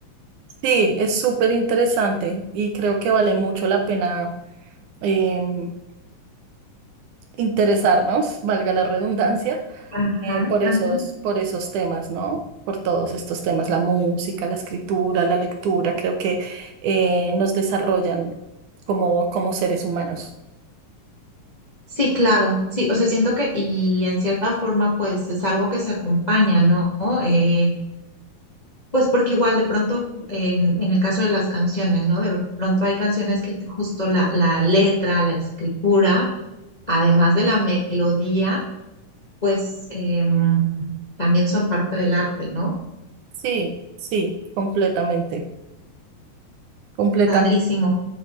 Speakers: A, on the right (about 70°); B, on the left (about 20°).
A: sí, es súper interesante y creo que vale mucho la pena em, interesarnos, valga la redundancia,
B: Ajá,
A: eh, por
B: ajá.
A: esos, por esos temas, ¿no? Por todos estos temas, la música, la escritura, la lectura, creo que eh, nos desarrollan como, como seres humanos.
B: Sí, claro, sí, o sea, siento que, y en cierta forma, pues es algo que se acompaña, ¿no? Eh, pues porque igual de pronto, en, en el caso de las canciones, ¿no? De pronto hay canciones que te- justo la, la letra, la escritura, además de la melodía, pues em, también son parte del arte, ¿no?
A: Sí, sí, completamente, completamente.
B: Padrísimo.